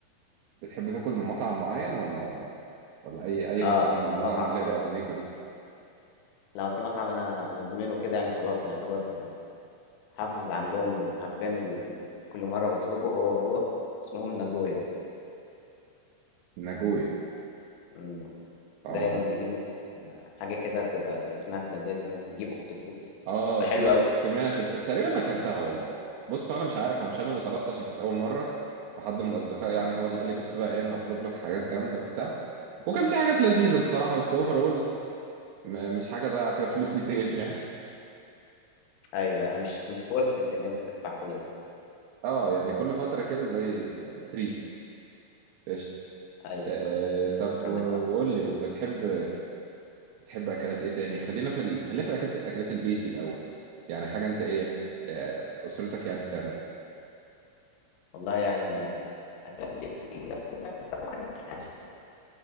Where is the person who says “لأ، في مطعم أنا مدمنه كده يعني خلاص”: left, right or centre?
Left